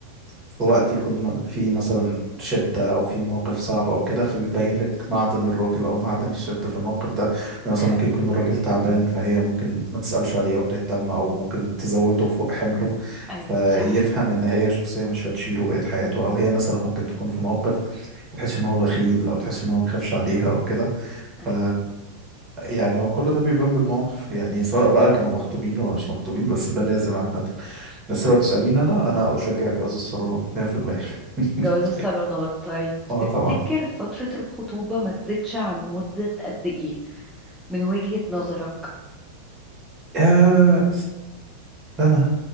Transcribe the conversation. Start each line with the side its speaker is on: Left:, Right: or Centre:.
Right: في وقت يكون في مثلا شدة أو في موقف صعب أو كده فبيبين لك معدن الراجل أو معدن الست في الموقف ده يعني مثلا
Centre: دي حقيقة
Right: ممكن يكون الراجل تعبان فهي ممكن ما تسألش عليه أو تهتم أو ممكن تزوده فوق حمله
Centre: ايوه
Right: فيفهم
Centre: صح
Right: إن هي شخصية مش هتشيله بقية حياته أو هي مثلا ممكن تكون في موقف تحس إن هو بخيل أو تحس إن هو بيخافش عليها أو كده
Centre: ايوه
Right: ف يعني هو كل ده بيبان بالمواقف يعني سواء بقى كانوا مخطوبين ولا مش مخطوبين بس ده لازم عامة بس لو تسأليني أنا أنا أشجع جواز الصالونات 100% <laughs>
Centre: جواز الصالونات طيب
Right: أه
Centre: تفتكر
Right: طبعا
Centre: فترة الخطوبة ما تزيدش عن مدة قد ايه من وجهة نظرك
Right: يا سنة